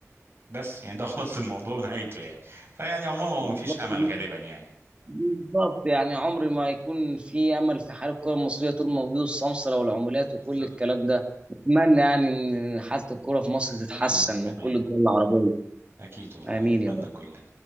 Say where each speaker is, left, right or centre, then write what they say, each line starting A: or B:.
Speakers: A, on the right; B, on the right.
A: بس يعني ده خلاص الموضوع ونهايته يعني فيعني عموما هو
B: يعني
A: مفيش
B: خلاص
A: امل غالبا يعني
B: بالظبط يعني عمري ما يكون في امل في حال الكره المصريه طول ما موجود السمسره والعمولات وكل
A: بالظبط
B: الكلام ده اتمنى يعني ان حاله الكره في مصر
A: اتمنى
B: تتحسن
A: انا كمان
B: وكل
A: والله
B: الدول العربيه
A: اكيد والله
B: امين
A: نتمنى
B: يا
A: كلنا